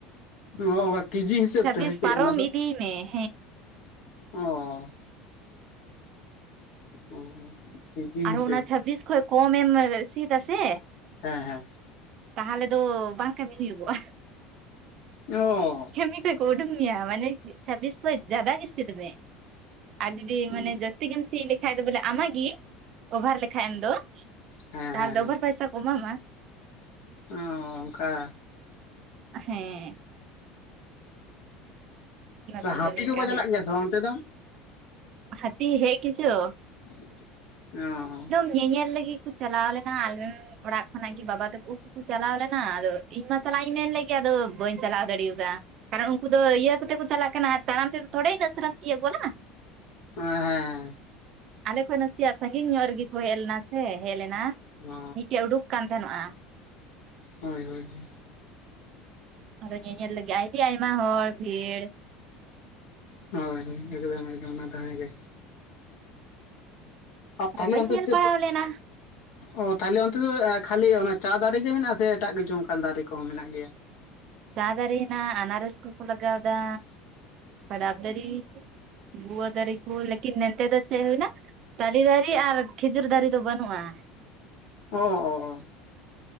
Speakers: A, on the left; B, on the right.
A: ᱚ ᱚᱱᱠᱟ ᱠᱮᱡᱤ ᱦᱤᱥᱟᱹᱵ
B: ᱪᱷᱟᱵᱵᱤᱥ
A: ᱛᱮ ᱥᱮ ᱪᱮᱫ
B: ᱯᱟᱨᱚᱢ
A: ᱚᱱᱟ ᱫᱚ?
B: ᱤᱫᱤᱭ ᱦᱮᱸ᱾
A: ᱚ ᱚ᱾ ᱠᱮᱡᱤ
B: ᱟᱨᱚ
A: ᱦᱤᱥᱟᱹᱵ
B: ᱚᱱᱟ ᱪᱷᱟᱵᱤᱥ ᱠᱷᱚᱱ ᱠᱚᱢᱮ ᱮᱢ ᱥᱤ ᱮᱫᱟ ᱥᱮ
A: ᱦᱮᱸ ᱦᱮᱸ᱾
B: ᱛᱟᱦᱚᱞᱮ ᱫᱚ ᱵᱟᱝ ᱠᱟᱹᱢᱤ ᱦᱩᱭᱩᱜᱚᱜᱼᱟ᱾
A: ᱚ᱾
B: ᱠᱟᱹᱢᱤ ᱠᱷᱚᱡ ᱠᱚ ᱩᱰᱩᱠ ᱢᱮᱭᱟ, ᱢᱟᱱᱮ ᱪᱷᱟᱵᱤᱥ ᱠᱷᱚᱡ ᱡᱟᱫᱟ ᱜᱮ ᱥᱤᱫ ᱢᱮ᱾ ᱟᱨ ᱡᱩᱫᱤ
A: ᱦᱮᱸ
B: ᱢᱟᱱᱮ ᱡᱟᱹᱥᱛᱤ ᱜᱮᱢ ᱥᱤ ᱞᱮᱠᱷᱟᱡ ᱫᱚ ᱵᱚᱞᱮ ᱟᱢ ᱜᱮ ᱚᱵᱷᱟᱨ ᱞᱮᱠᱷᱟ ᱮᱢ ᱫᱚ,
A: ᱦᱮᱸ
B: ᱛᱟᱦᱚᱞᱮ
A: ᱦᱮᱸ
B: ᱫᱚ ᱚᱵᱷᱟᱨ ᱯᱟᱭᱥᱟ ᱠᱚ ᱮᱢᱟᱢᱟ᱾
A: ᱚ ᱚᱱᱠᱟ᱾
B: ᱦᱮᱸ᱾ ᱱᱚᱛᱮ
A: ᱚ ᱦᱟᱹᱛᱤ
B: ᱫᱚ ᱱᱤᱝᱠᱟ
A: ᱫᱚᱠᱚ ᱪᱟᱞᱟᱜ ᱜᱮᱭᱟ ᱥᱮ ᱵᱟᱝ ᱚᱱᱛᱮ ᱫᱚ?
B: ᱦᱟᱛᱤ ᱦᱮᱡ ᱜᱮᱪᱚ᱾
A: ᱚ᱾
B: ᱧᱮᱧᱮᱞ ᱞᱟᱹᱜᱤᱫ ᱠᱚ ᱪᱟᱞᱟᱣ ᱞᱮᱱᱟ ᱟᱞᱮ ᱨᱮᱱ ᱚᱲᱟᱜ ᱠᱷᱚᱱᱟᱜ ᱜᱮ ᱵᱟᱵᱟ ᱛᱟᱠᱚ᱾ ᱠᱩ ᱪᱟᱞᱟᱣ ᱞᱮᱱᱟ ᱟᱫᱚ ᱤᱧ ᱢᱟ ᱪᱟᱞᱟᱜ ᱤᱧ ᱢᱮᱱ ᱞᱮᱫ ᱜᱮ ᱟᱫᱚ ᱵᱟᱹᱧ ᱪᱟᱞᱟᱣ ᱫᱟᱲᱮᱟᱫᱟ ᱠᱟᱨᱚᱱ ᱩᱱᱠᱩ ᱫᱚ ᱤᱭᱟᱹ ᱠᱚ ᱛᱮ ᱠᱚ ᱪᱟᱞᱟᱜ ᱠᱟᱱᱟ ᱟᱨ ᱛᱟᱲᱟᱢ ᱛᱮᱫᱚ ᱛᱷᱚᱲᱮ ᱤᱱᱟᱹᱥᱟᱨᱟᱢ ᱛᱤᱭᱚᱜ ᱜᱚᱱᱟ᱾
A: ᱚ ᱦᱮᱸ ᱦᱮᱸ᱾
B: ᱟᱞᱮ ᱠᱷᱚᱱ ᱱᱟᱥᱮᱭᱟᱜ ᱥᱟᱺᱜᱤᱧ ᱧᱚᱜ ᱨᱮᱜᱮ ᱠᱚ ᱦᱮᱡ ᱞᱮᱱᱟ ᱥᱮ ᱦᱮᱡ ᱞᱮᱱᱟ,
A: ᱚ
B: ᱢᱤᱫᱴᱮᱡ ᱩᱰᱩᱠ ᱠᱟᱱ ᱛᱟᱦᱮᱱᱚᱜᱼᱟ᱾
A: ᱦᱚᱭ ᱦᱚᱭ ᱦᱚᱭ᱾
B: ᱟᱨᱚ ᱧᱮᱧᱮᱞ ᱞᱟᱹᱜᱤᱫ ᱟᱹᱰᱤ ᱟᱭᱢᱟ ᱦᱚᱲ ᱵᱷᱤᱲ᱾
A: ᱦᱳᱭ <unintelligible> ᱚᱱᱟ ᱫᱚ ᱦᱮᱜᱮ᱾ ᱟᱨ
B: ᱟᱫᱚ
A: ᱛᱟᱦᱚᱞᱮ
B: ᱵᱟᱹᱧ
A: ᱚᱱᱛᱮ
B: ᱧᱮᱞ
A: ᱪᱮᱫ
B: ᱯᱟᱲᱟᱣ
A: ᱫᱚ᱾
B: ᱞᱮᱱᱟ
A: ᱚ ᱛᱟᱦᱞᱮ ᱚᱱᱛᱮ ᱫᱚ ᱠᱷᱟᱹᱞᱤ ᱚᱱᱟ ᱪᱟ ᱫᱟᱨᱮ ᱜᱮ ᱢᱮᱱᱟᱜᱼᱟ ᱥᱮ ᱮᱴᱟᱜ ᱠᱤᱪᱷᱩ ᱚᱱᱠᱟᱱ ᱫᱟᱨᱮ ᱠᱚ ᱢᱮᱱᱟᱜ ᱜᱮᱭᱟ᱾᱾ <inaudible>
B: ᱪᱟ ᱫᱟᱹᱨᱤ ᱦᱮᱱᱟᱜ-ᱟ ᱟᱱᱟᱨᱚᱥ ᱠᱚᱠᱚ ᱞᱟᱜᱟᱣ ᱮᱫᱟ ᱰᱟᱵᱽ ᱫᱟᱹᱨᱤ ᱜᱩᱣᱟ ᱫᱟᱹᱨᱤ ᱠᱚ ᱞᱮᱠᱤᱱ ᱱᱮᱱᱛᱮ ᱫᱚ ᱪᱮᱫ ᱦᱩᱭ ᱮᱱᱟ᱾ ᱛᱟᱞᱮ ᱫᱟᱨᱤ ᱟᱨ ᱠᱷᱤᱡᱩᱨ ᱫᱟᱨᱤ ᱫᱚ ᱵᱟᱹᱱᱩᱜᱼᱟ᱾
A: ᱚᱻᱚᱻᱚᱻᱚᱻ